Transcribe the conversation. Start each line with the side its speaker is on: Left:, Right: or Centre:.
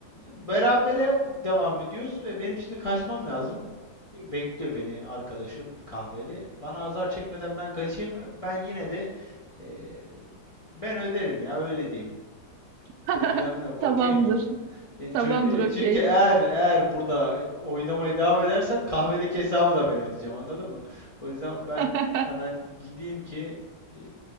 Left: Berabere devam ediyoruz ve benim şimdi kaçmam lazım. Bekliyor beni arkadaşım kahvede. Bana azar çekmeden ben kaçayım. Ben yine de e, ben öderim ya öyle diyeyim.
Right: <laughs>
Left: Problem yok. Okey
Right: Tamamdır.
Left: mi? Yani çö-
Right: Tamamdır
Left: e,
Right: okey.
Left: Çünkü eğer eğer burada oynamaya devam edersem kahvedeki hesabı da ben ödeyeceğim anladın mı? O yüzden ben
Right: <laughs>
Left: hemen gideyim ki e,